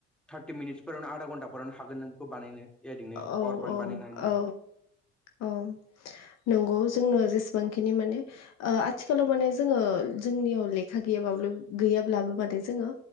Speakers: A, in the centre; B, on the left.
A: थार्टि मिनिट्सफोरावनो आधा घन्टाफोरावनो हागोन नों बेखौ बानायनो आइ जोंनो
B: औ
A: पावार पइन्ट
B: औ
A: बानायनो होनबा
B: औ औ नंगौ जोंनो जेसेबांखिनि माने ओ आथिखालाव माने जोङो जोंनियाव लेखा गैयाबाब्लो गैयाब्लाबो माने जोङो